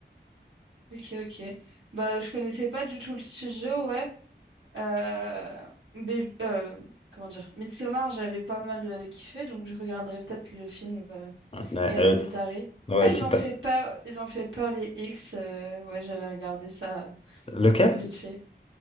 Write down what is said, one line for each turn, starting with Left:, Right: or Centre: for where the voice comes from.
Right: Ok, ok. Bah, je connaissais pas du tout le studio, ouais. Euh, Baby- euh, comment dire? Midsommar, j'avais pas mal euh, kiffé, donc je regarderai peut-être le film euh,
Left: Ouais,
Right: Héréditary.
Left: euh, ouais,
Right: Ah,
Left: si
Right: ils ont
Left: t'as-
Right: fait Pearl, ils ont fait Pearl et X. euh, ouais, j'avais regardé ça euh,
Left: Le Cap?
Right: vite fait.